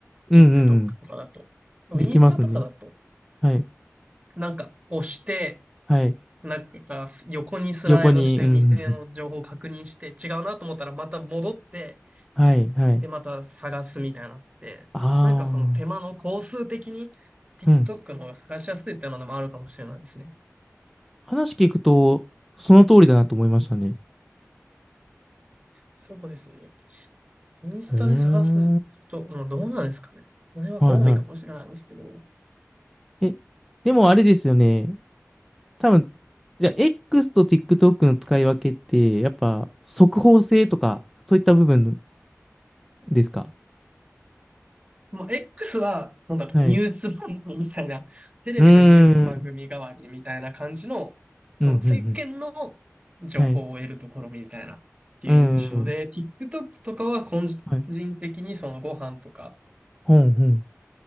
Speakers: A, in the centre; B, on the right (about 25°).
A: うんうんうん。
B: TikTok とかだと。でもインスタとかだと、
A: できますね。はい。
B: なんか押して、
A: はい。
B: なんか横にスライドして店の情報を確認して違うなと思ったらまた戻って、
A: 横に、うん。<laughs> はいはい。
B: で、また探すみたいなのって、
A: あ
B: なんかその手間の工数的に TikTok
A: あ、うん。
B: の方が探しやすいっていうのもあるかもしれないですね。
A: 話聞くと、その通りだなと思いましたね。
B: そうですね。インスタで探す人、
A: へえ。
B: もうどうなんですかね。それは好みかもしれないですけど。
A: はいはい。え、でもあれですよね。多分、じゃあ X と TikTok の使い分けって、やっぱ速報性とか、そういった部分ですか
B: その X は、なんだろう、
A: はい。
B: ニュース番組みたいな、
A: う
B: テレビのニュース番組代わりみたいな感じの、
A: ーん。うん、
B: その世間の
A: うん、うん。
B: 情報を得るところみたいなっていう印象で、
A: はい。うん、うん。
B: TikTok とかは個
A: はい。
B: 人的にそのご飯とか
A: ほん、ほん。